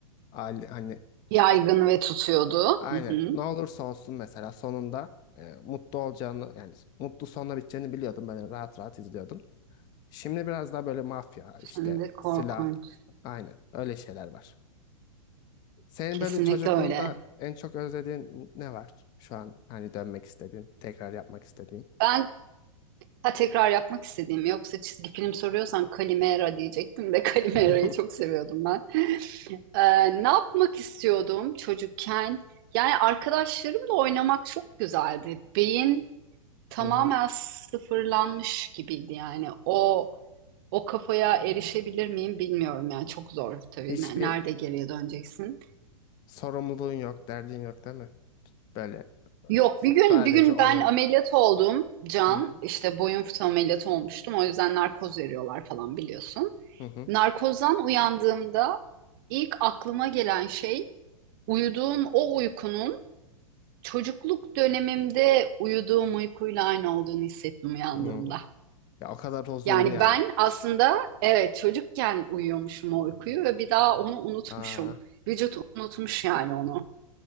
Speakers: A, on the left; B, on the right.
A: aile, hani
B: Yaygın ve tutuyordu.
A: aynen
B: Hı hı.
A: ne olursa olsun mesela sonunda e, mutlu olacağını yani mutlu sonla biteceğini biliyordum. Böyle rahat rahat izliyordum. Şimdi biraz daha böyle mafya
B: Şimdi
A: işte
B: korkunç.
A: silah aynen öyle şeyler var. Senin
B: Kesinlikle
A: böyle çocukluğunda
B: öyle.
A: en çok özlediğin ne var? Şu an hani dönmek istediğin, tekrar yapmak istediğin.
B: Ben ha, tekrar yapmak istediğim yoksa çizgi film soruyorsan Kalimera diyecektim de <laughs> Kalimera'yı
A: <laughs>
B: çok seviyordum ben. E, ne yapmak istiyordum çocukken? Yani arkadaşlarımla oynamak çok güzeldi. Beyin tamamen
A: Hı hı.
B: sıfırlanmış gibiydi yani. O o kafaya erişebilir miyim bilmiyorum yani çok zor tabii.
A: Hiçbir
B: Ne- Nerede geriye döneceksin?
A: sorumluluğun yok, derdin yok değil mi? Böyle e,
B: Yok bir gün
A: sadece
B: bir gün
A: oyun.
B: ben ameliyat oldum Can
A: Hı hı.
B: işte boyun fıtığı ameliyatı olmuştum o yüzden narkoz veriyorlar falan biliyorsun.
A: Hı hı.
B: Narkozdan uyandığımda ilk aklıma gelen şey uyuduğum o uykunun çocukluk dönemimde uyuduğum uykuyla aynı olduğunu hissettim uyandığımda.
A: Hı. Ya o kadar huzurlu
B: Yani
A: yani.
B: ben aslında evet çocukken uyuyormuşum o uykuyu ve bir daha onu unutmuşum.
A: Aa,
B: Vücut unutmuş yani onu.